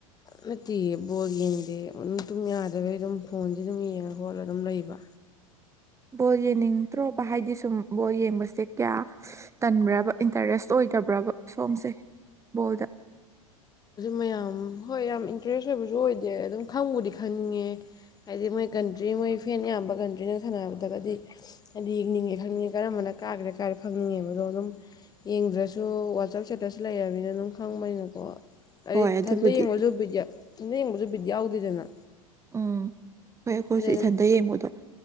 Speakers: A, on the left; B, on the right.
A: ꯅꯠꯇꯦ ꯕꯣꯜ ꯌꯦꯡꯗꯦ ꯑꯗꯨꯝ ꯌꯥꯗꯕꯩ ꯑꯗꯨꯝ ꯐꯣꯟꯁꯦ ꯑꯗꯨꯝ ꯌꯦꯡꯉ ꯈꯣꯠꯂ ꯑꯗꯨꯝ ꯂꯩꯕ
B: ꯕꯣꯜ ꯌꯦꯡꯅꯤꯡꯗ꯭ꯔꯣꯕ ꯍꯥꯏꯗꯤ ꯁꯨꯝ ꯕꯣꯜ ꯌꯦꯡꯕꯁꯦ ꯀꯌꯥ ꯇꯟꯕ꯭ꯔꯕ ꯏꯟꯇꯔꯦꯁ ꯑꯣꯏꯗꯕ꯭ꯔꯕ ꯁꯣꯝꯁꯦ ꯕꯣꯜꯗ
A: ꯃꯌꯥꯝ ꯍꯣꯏ ꯌꯥꯝ ꯏꯟꯇꯔꯦꯁ ꯑꯣꯏꯕꯁꯨ ꯑꯣꯏꯗꯦ ꯑꯗꯨꯝ ꯈꯪꯕꯨꯗꯤ ꯈꯪꯅꯤꯡꯉꯦ ꯍꯥꯏꯗꯤ ꯃꯣꯏ ꯀꯟꯇ꯭ꯔꯤ ꯃꯣꯏ ꯐꯦꯟ ꯌꯥꯝꯕ ꯀꯟꯇ꯭ꯔꯤꯅ ꯁꯥꯟꯅꯔꯗ꯭ꯔꯒꯗꯤ ꯍꯥꯏꯗꯤ ꯌꯦꯡꯅꯤꯡꯉꯦ ꯈꯪꯅꯤꯡꯉꯦ ꯀꯔꯝꯕꯅ ꯀꯥꯈ꯭ꯔꯦ ꯀꯥꯔꯦ ꯈꯪꯅꯤꯡꯉꯦꯕꯗꯣ ꯑꯗꯨꯝ ꯌꯦꯡꯗ꯭ꯔꯁꯨ ꯋꯥꯆꯞ ꯁꯦꯠꯇ꯭ꯔꯁꯨ ꯂꯩꯅꯤꯅ ꯑꯗꯨꯝ ꯈꯪꯕꯅꯤꯅ ꯑꯣ ꯑꯩꯗꯤ
B: ꯍꯣꯏ ꯑꯗꯨꯕꯨꯗꯤ
A: ꯊꯟꯗ ꯌꯦꯡꯕꯁꯨ ꯕꯤꯠ ꯊꯟꯗ ꯌꯦꯡꯕꯁꯨ ꯕꯤꯠ ꯌꯥꯎꯗꯦꯗꯅ
B: ꯎꯝ ꯐꯔ ꯑꯩꯈꯣꯏꯁꯨ
A: ꯑꯗꯨꯗꯩ
B: ꯏꯊꯟꯇ
A: ꯑꯗꯨꯝ
B: ꯌꯦꯡꯕꯗꯣ